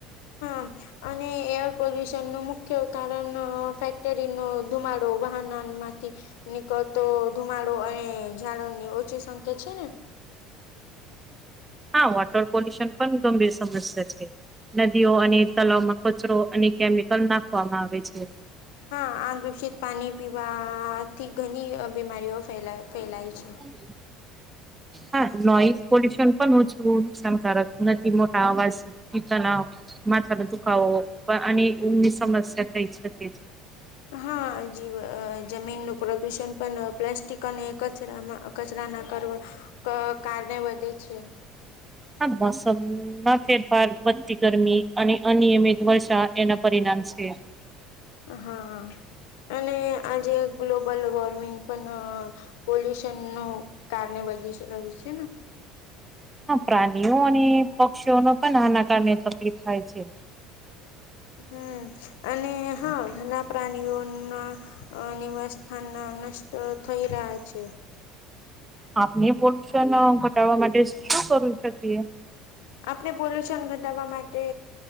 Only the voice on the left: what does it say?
હા અને એર પોલ્યુશન નું મુખ્ય કારણ ફેક્ટરી નો ધુમાડ ડો વાહના માંથી. નીકળતો ધુમાડો અને ઝડો ની ઓછી સંખ્યા છે ને.
હમ
હા આ દુષિત પાણી પીવાથી ઘણી બીમારીઓે ફેલાય ફેલાઈ છે.
હાજી જમીનનું પ્રદુષણ પણ પ્લાસ્ટિક અને કચરામાં કચરા ના કર કારણે વધે છે.
હા અને આજે ગ્લોબલ વોર્મિંગ પણ પોલ્યુશન નું કારણે વધી રહ્યું છે ને?
હમ અને હા ઘણા પ્રાણીઓના અ નિવાસસ્થાના નસ્ટ થઈ રહ્યા છે.
આપને પોલ્યુશન ઘટાવા માટે